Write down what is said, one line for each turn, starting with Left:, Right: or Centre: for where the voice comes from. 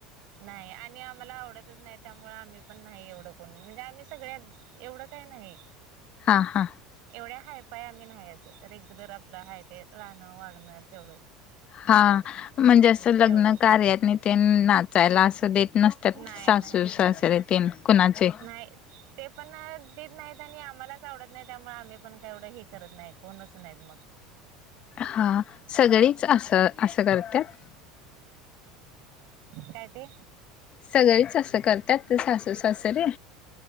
Right: नाही आणि आम्हाला आवडतच नाही त्यामुळे आम्ही पण नाही एवढ कोण म्हणजे आम्ही सगळ्याच, एवढं काय नाही.
Left: हा हा
Right: एवढ्या हाय फाय आम्ही नाही अस रेग्युलर आपल हाय ते राहण वागण तेवढच.
Left: हा, म्हणजे असंलग्न
Right: एवढं
Left: कार्यातनी तेन ना चायला अस देत नसत्यात,
Right: नाही
Left: सासु
Right: नाही
Left: सासरे
Right: नाही
Left: तेन कुणाचे?
Right: नाही ते पण दित नाहीत आणि आम्हालाच आवडत नाही त्यामुळे आम्ही पण काय एवढ हे करत नाही कोणच नाहीत मग.
Left: हा, सगळीच असं असं करत्यात?
Right: काय ते?
Left: सगळीच अस करत्यात सासू सासरे?